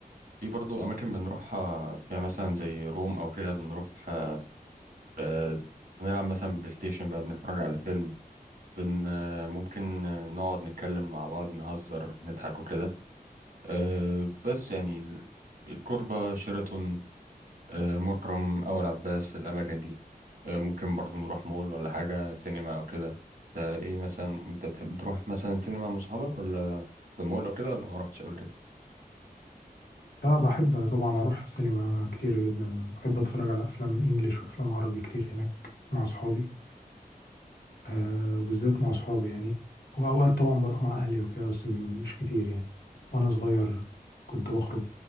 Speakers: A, on the right (about 70°); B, on the left (about 80°).
A: في برضو اماكن بنروحها فيها مثلا زي روم او كده بنروح آه، آه، بنلعب مثلا بلاي ستيشن بقى بنتفرج على فيلم بن آه، ممكن آه، نقعد نتكلم مع بعض نهزر نضحك وكده أه بس يعني ال- الكوربة شيراتون أه مكرم أول عباس الأماكن دي أه ممكن برضو نروح مول ولا حاجة سينما أو كده ده إيه مثلا أنت بتحب تروح مثلا سينما مع صحابك ولا في المول أو كده ولا ما رحتش قبل كده؟
B: لا بحب طبعا اروح سينما كتير جدا بحب اتفرج على افلام انجليش وافلام عربي كتير هناك مع صحابي آه وبالذات مع صحابي يعني وأوقات طبعا بروح مع أهلي وكده بس م- مش كتير يعني وأنا صغير كنت بخرج